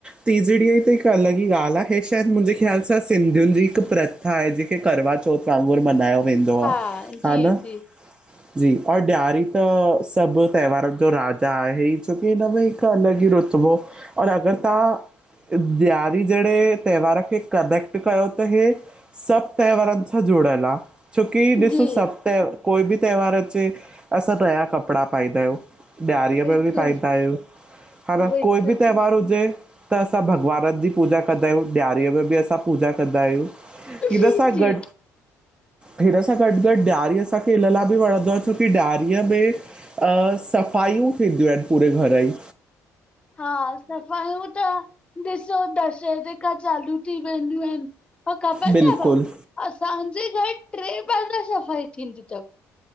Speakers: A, on the right; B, on the left.
A: तीॼड़ी ॼी त हिक अलॻ। हहा ॻाल आहे ह शायद मुंॼे ख़्याल सां सिंधियुन ॼी हिक प्रथा आहे जेके करवा चौथ। कांगुर मलायो वेंदो
B: हा
A: आ हा
B: जी
A: न?
B: जी
A: जी औ ॾियारी त सॿ त्योहारन ॼो राजा आहे ई छोकी हिनमें हिक अलॻ ई रो सुॿु और अगर तां ॾियार ॼेड़े त्योहार खे कनेक्ट कयो त हे सॿ त्योवारन सां जुड़ल आ। छोकी ॾिसो
B: जी
A: सॿ त्यो कोई ॿि त्योहार अचे असां नया कपड़ा पाईंदा आयूं। ॾियारी
B: बिल्कुलु
A: में ॿि पाईंद आयुं ह न।
B: बिल्कुलु
A: त्योहारु हुजे त असां भॻवानन ॼी पूजा कंदा आयूं ॾियारीअ में ॿि असां पूजा कंदा आयूं। इनसा
B: जी जी
A: गॾ हिन सां गॾ-गॾ ॾियरी असांखे हिन लाइ ॿि वणंदो आ छोकी ॾियारीअ में। सफ़ाइयूं थींदियूं आयन पूरे घर ॼी।
B: हा सफ़ाईयुं त ॾिसो दशहरे खां चालू थी वेंदियूं आयन। पोइ ख़बर
A: बिल्कुलु
B: तव, असांजे घरु ट्रे बार सफ़ाई थींदी तव।